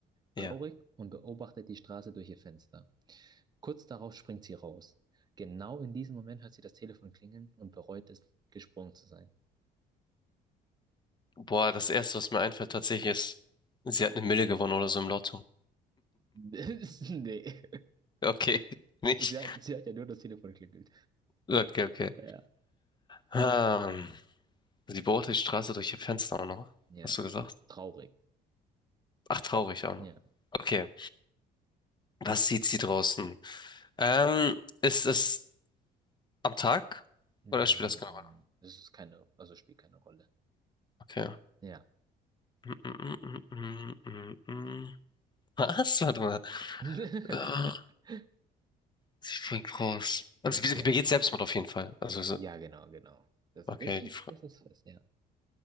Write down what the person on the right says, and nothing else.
traurig und beobachtet die Straße durch ihr Fenster. Kurz darauf springt sie raus. Genau in diesem Moment hört sie das Telefon klingeln und bereut es, gesprungen zu sein.
<laughs> Nee.
Sie hat, sie hat ja nur das Telefon geklingelt.
Ja.
Ja.
Traurig.
Ja.
Mm,
Das ist keine, also spielt keine Rolle.
Ja.
<laughs>
Ja.
Ja, genau, genau. Also
das ist,
das ist fest, ja.